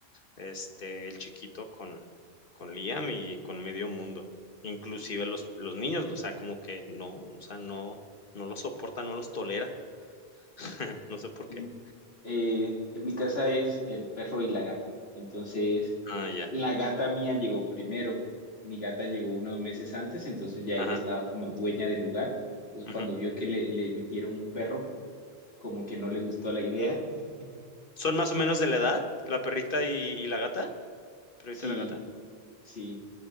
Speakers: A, on the left; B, on the left.
A: este, el chiquito con, con Liam y con medio mundo. Inclusive los, los niños, o sea, como que no, o sea, no, no los soporta, no los tolera. <laughs> No sé por
B: En,
A: qué.
B: eh, en mi casa es el perro y la gata. Entonces,
A: Ah, ya.
B: la gata mía llegó primero. Mi gata llegó unos meses antes, entonces ya ella
A: Ajá.
B: estaba como dueña del lugar. Entonces, cuando
A: Ujú.
B: vio que le, le metieron un perro, como que no le gustó la idea. <laughs>
A: ¿Son más o menos de la edad? ¿La perrita y, y la gata? ¿Perrita
B: Sí,
A: y la gata?
B: sí,